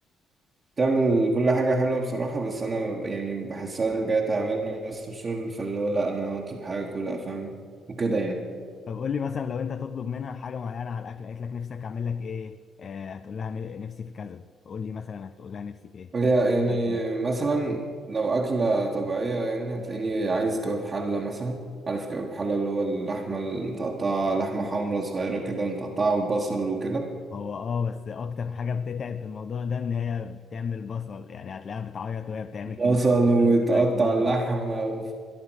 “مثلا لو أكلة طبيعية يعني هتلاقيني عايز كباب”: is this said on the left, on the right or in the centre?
Right